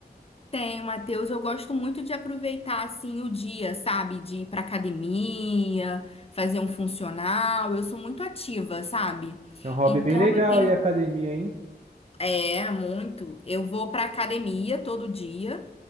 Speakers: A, on the left; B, on the right.
A: Tenho, Matheus. Eu gosto muito de aproveitar assim o dia, sabe? De ir pra academia, fazer um funcional. Eu sou muito ativa, sabe?
B: É um hobby
A: Então
B: bem legal
A: eu tenho
B: aí, academia, hein?
A: É muito. Eu vou pra academia todo dia